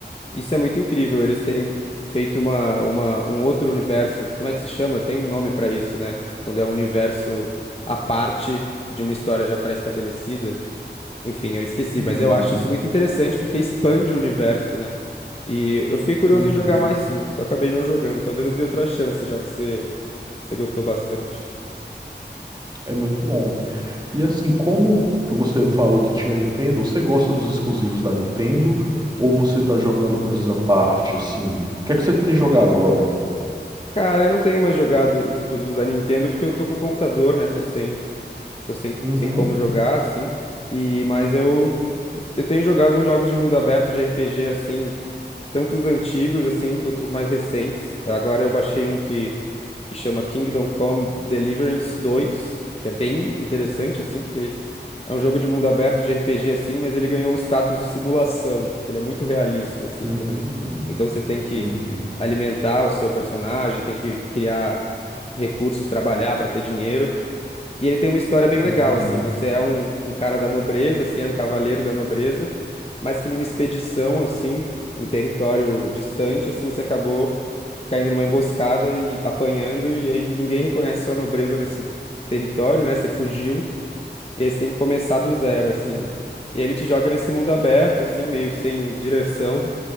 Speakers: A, on the left; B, on the right.
A: Isso é muito incrível, eles terem feito uma, uma, um outro universo. Como é que se chama? Tem um nome pra isso, né? Quando é um universo à parte de uma história já pré-estabelecida. Enfim, eu esqueci,
B: Uhum,
A: mas eu acho isso muito interessante porque expande o universo, né? E eu fiquei curioso
B: uhum.
A: em jogar mais sim, só acabei não jogando. Talvez eu dê outra chance, já que você, você gostou bastante.
B: É muito bom. E assim, como você falou que tinha Nintendo, você gosta dos exclusivos da Nintendo ou você tá jogando coisas à parte, assim? O que é que você tem jogado agora?
A: Cara, eu não tenho mais jogado os exclusivos da Nintendo porque eu tô com computador, né? Tô sem. Tô sem,
B: Uhum.
A: sem como jogar, assim. E, mas eu, eu, eu tenho jogado uns jogos de mundo aberto de RPG, assim, tanto os antigos, assim, quanto os mais recentes. Agora eu baixei um que, que chama Kingdom Come Deliverance 2, que é bem interessante, assim, porque ele é um jogo de mundo aberto de RPG, assim, mas ele ganhou um status de simulação, porque ele é muito realista, assim,
B: Hum,
A: também. Então você tem
B: entendi.
A: que alimentar o seu personagem, tem que criar recursos, trabalhar para ter dinheiro. E ele tem uma história bem legal,
B: Uhum,
A: assim. Você é um, um cara da nobreza, assim, era um cavaleiro da nobreza, mas que numa expedição, assim, em território distante, assim, você acabou caindo numa emboscada e apanhando, e aí ninguém reconhece sua nobreza nesse território, né? Você fugiu, e aí você tem que começar do zero,
B: uhum,
A: assim. E aí ele te joga nesse mundo aberto, assim, meio sem direção.